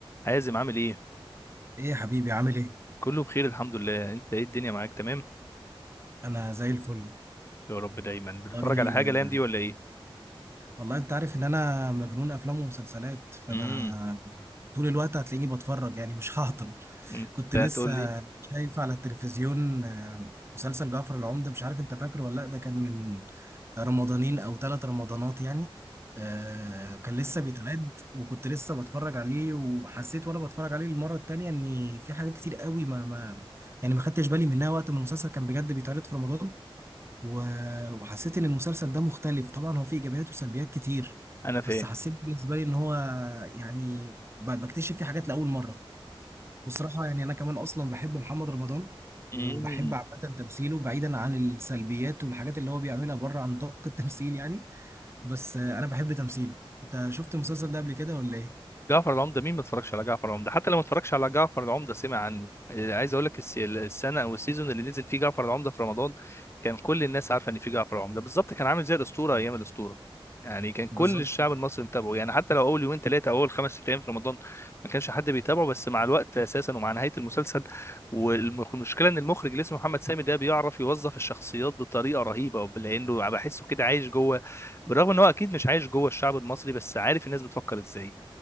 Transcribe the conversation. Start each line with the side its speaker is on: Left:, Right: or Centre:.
Left: حازم عامل ايه
Right: ايه يا حبيبي عامل ايه
Left: كله بخير الحمد لله انت ايه الدنيا معاك تمام
Right: انا زي الفل
Left: يا رب دايما بتتفرج
Right: والله
Left: على حاجه الايام دي ولا ايه
Right: والله انت عارف ان انا مجنون افلام ومسلسلات فانا
Left: امم
Right: طول الوقت هتلاقيني بتفرج يعني مش هعطل
Left: انت
Right: كنت لسه
Left: هتقول لي
Right: شايف على التلفزيون آه، مسلسل جعفر العمدة مش عارف انت فاكره ولا لا ده كان من رمضانين او ثلاث رمضانات يعني آه، كان لسه بيتعد وكنت لسه بتفرج عليه وحسيت وانا بتفرج عليه المرة التانية ان في حاجات كتير قوي ما ما يعني ما خدتش بالي منها وقت ما المسلسل كان بجد بيتعرض في رمضان و- وحسيت ان المسلسل ده مختلف طبعا هو فيه ايجابيات وسلبيات كتير
Left: انا فاهم
Right: بس حسيت بالنسبه لي ان هو يعني ب- بكتشف فيه حاجات لاول مره بصراحه يعني انا كمان اصلا بحب محمد رمضان وبحب
Left: امم
Right: عامه تمثيله بعيدا عن السلبيات والحاجات اللي هو بيعملها بره عن نطاق التمثيل يعني بس آه، انا بحب تمثيله انت شفت المسلسل ده قبل كده ولا ايه
Left: جعفر العمدة مين ما اتفرجش على جعفر العمدة حتى لو ما اتفرجش على جعفر العمدة سمع عنه آه، عايز اقول لك الس- السنة او السيزون اللي نزل فيه جعفر العمدة في رمضان كان كل الناس عارفة ان في جعفر العمدة بالظبط كان عامل زي الأسطورة ايام الأسطورة يعني كان كل
Right: بالظبط
Left: الشعب المصري متابعه يعني حتى لو اول يومين ثلاثة او اول خمس ست ايام في رمضان ما كانش حد بيتابعه بس مع الوقت اساسا ومع نهاية المسلسل والمشكلة ان المخرج اللي اسمه محمد سامي ده بيعرف يوظف الشخصيات بطريقة رهيبة لانه بحسه كده عايش جوه بالرغم ان هو اكيد مش عايش جوه الشعب المصري بس عارف الناس بتفكر ازاي